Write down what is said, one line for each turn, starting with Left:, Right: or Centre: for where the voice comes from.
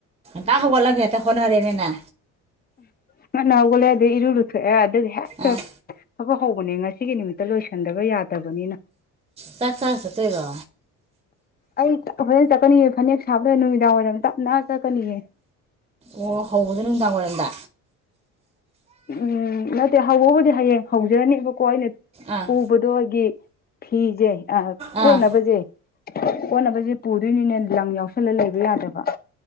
Right: ꯇꯥꯛ ꯍꯕ ꯂꯒꯦ ꯈꯣꯅꯔ ꯑꯦꯅꯦꯅ
Left: ꯉꯟꯅ ꯍꯧꯒꯂꯦ ꯑꯗꯨ ꯏꯔꯨ ꯂꯨꯊꯣꯛꯑꯦ ꯑꯗꯨꯒ ꯍꯦꯛꯇ
Right: ꯑꯥ
Left: ꯊꯕꯛ ꯍꯧꯕꯅꯦ ꯉꯁꯤ ꯁꯤꯒꯤ ꯅꯨꯃꯤꯠꯇ ꯂꯣꯏꯁꯟꯗꯕ ꯌꯥꯗꯕꯅꯤꯅ
Right: ꯆꯥꯛꯁ ꯇꯣꯏꯒꯣ
Left: ꯑꯩꯞ ꯐꯖꯅ ꯆꯠꯀꯅꯤꯑ ꯐꯅꯦꯛ ꯁꯥꯕꯗ ꯅꯨꯃꯤꯗꯥꯡ ꯋꯥꯏꯔꯝ ꯇꯞꯅ ꯆꯠꯀꯅꯤꯌꯦ
Right: ꯑꯣ ꯍꯧꯕꯗꯣ ꯅꯨꯡꯗꯥꯡ ꯋꯥꯏꯔꯝꯗ
Left: ꯎꯝ ꯅꯠꯇꯦ ꯍꯧꯕꯕꯨꯗꯤ ꯍꯌꯦꯡ ꯍꯧꯖꯔꯅꯦꯕꯀꯣ ꯑꯩꯅ
Right: ꯑꯥ
Left: ꯄꯨꯕꯗꯣ ꯑꯩꯒꯤ ꯐꯤꯖꯦ ꯑ
Right: ꯑꯥ
Left: ꯀꯣꯟꯅꯕꯖꯦ ꯀꯣꯠꯅꯕꯁꯦ ꯄꯨꯗꯣꯏꯅꯤꯅꯦ ꯂꯪ ꯌꯥꯎꯁꯜꯂ ꯂꯩꯕ ꯌꯥꯗꯕ